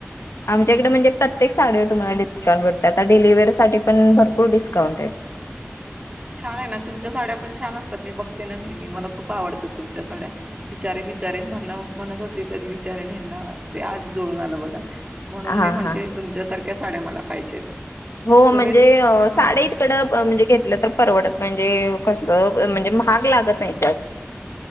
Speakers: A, on the left (about 80°); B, on the right (about 25°).
A: आमच्या हिकडं म्हणजे प्रत्येक साडीवर तुम्हाला डिस्काउंट भेटतोय, आता डेली वेअर साठी पण भरपूर डिस्काउंट आहे.
B: छान आहे ना, तुमच्या साड्या पण छान असतात, मी बघते ना नेहमी, मला खूप आवडतात तुमच्या साड्या. विचारेन विचारेन म्हणत होते, कधी विचारेन हेंना ते आज जुळून आलं बघा. म्हणून
A: हा
B: मी म्हणते,
A: हा
B: तुमच्यासारख्या साड्या मला पाहिजेत.
A: हो म्हणजे,
B: तुम्हीच हा
A: साडी तिकडं म्हणजे घेतलं तर परवडत म्हणजे कस म्हणजे महाग लागत नाही जास्त